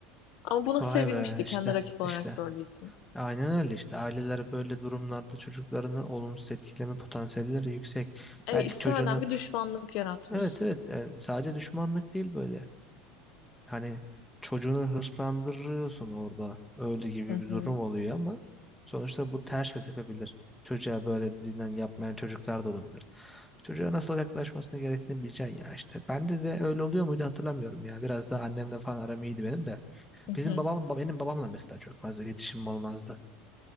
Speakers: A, on the left; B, in the centre.
A: Ama buna
B: Vay
A: sevinmişti
B: be işte
A: kendi rakip olarak
B: işte.
A: gördüğü için.
B: Aynen öyle işte. Aileler böyle durumlarda çocuklarını olumsuz etkileme potansiyelleri yüksek.
A: E,
B: Belki
A: istemeden
B: çocuğunu
A: bir düşmanlık yaratmış.
B: evet evet yani sadece düşmanlık değil böyle. Hani çocuğunu hırslandırıyorsun orada. Öyle gibi
A: Hı hı
B: bir durum oluyor ama sonuçta bu ters de tepebilir. Çocuğa böyle dediğinden yapmayan çocuklar da olabilir. Çocuğa nasıl yaklaşmasını gerektiğini bileceksin ya işte. Bende de öyle oluyor muydu hatırlamıyorum ya. Biraz daha annemle falan aram iyiydi benim de.
A: hı
B: Bizim
A: hı.
B: babam, benim babamla mesela çok fazla iletişimim olmazdı.